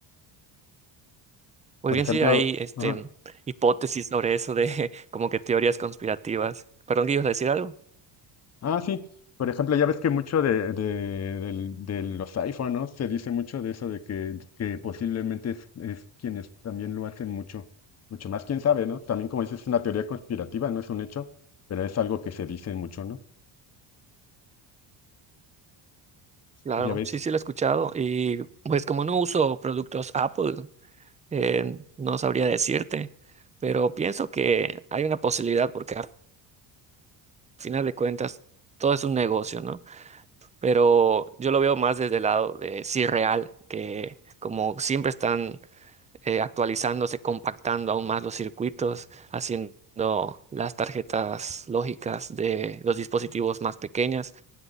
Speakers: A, on the right; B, on the left.
A: Pues
B: Por
A: bien,
B: ejemplo,
A: sí, hay este,
B: ajá.
A: hipótesis sobre eso de <laughs> como que teorías conspirativas. Perdón, que ibas a decir algo.
B: Ah, sí. Por ejemplo, ya ves que mucho de, de, del- de los iPhone, ¿no? Se dice mucho de eso, de que, que posiblemente es, es quienes también lo hacen mucho, mucho más, quién sabe, ¿no? También como dices, es una teoría conspirativa, no es un hecho, pero es algo que se dice mucho, ¿no?
A: Claro,
B: Ya ves.
A: sí, sí lo he escuchado. Y pues como no uso productos Apple, eh, no sabría decirte, pero pienso que hay una posibilidad porque al final de cuentas todo es un negocio, ¿no? Pero yo lo veo más desde el lado de sí real, que como siempre están eh, actualizándose, compactando aún más los circuitos, haciendo las tarjetas lógicas de los dispositivos más pequeñas.